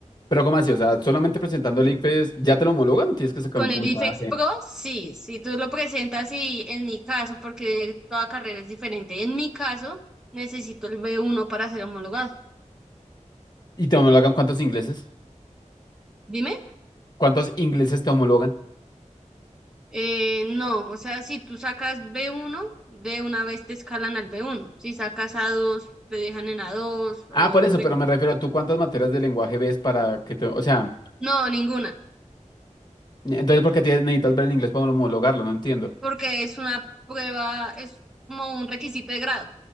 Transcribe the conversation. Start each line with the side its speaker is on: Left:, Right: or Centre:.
Left: Pero ¿cómo así? O sea, solamente presentando el ICFES, ¿ya te lo homologan o tienes que sacar
Centre: Con
Left: un puntaje?
Centre: el IFEX Pro, sí, si tú lo presentas y en mi caso, porque toda carrera es diferente, en mi caso necesito el b uno para ser homologado.
Left: ¿Y te homologan cuántos ingleses?
Centre: Dime,
Left: ¿Cuántos ingleses te homologan?
Centre: eh, no, o sea, si tú sacas b uno de una vez te escalan al b uno. Si sacas a dos te dejan en a dos o...
Left: Ah, por eso,
Centre: bueno,
Left: pero me refiero a tú cuántas materias de lenguaje ves para que te... O sea,
Centre: No, ninguna,
Left: entonces ¿por qué tienes- necesitas ver el inglés para homologarlo? No entiendo.
Centre: porque es una prueba, es como un requisito de grado.